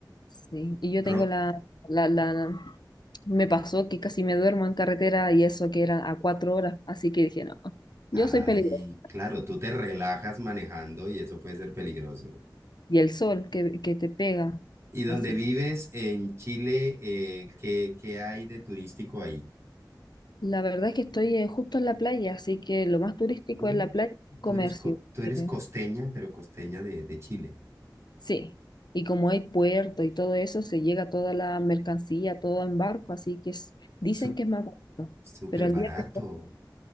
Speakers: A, on the left; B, on the right.
A: sí. Y yo
B: Ro-
A: tengo la, la, la, me pasó que casi me duermo en carretera y eso que eran a cuatro horas, así que dije, no, yo
B: Ay,
A: soy peligroso.
B: claro, tú te relajas manejando y eso puede ser peligroso.
A: y el sol que, que te pega.
B: ¿Y donde
A: Así.
B: vives en Chile, eh, qué, qué hay de turístico ahí?
A: La verdad es que estoy eh, justo en la playa, así que lo más turístico
B: Uh,
A: es la playa, comercio.
B: tú eres, co- tú eres
A: eh,
B: costeña, pero costeña de, de Chile.
A: sí. Y como hay puerto y todo eso, se llega toda la mercancía, todo en barco, así que es- dicen
B: Su-
A: que es más barato.
B: súper
A: Pero al
B: barato.
A: día de hoy,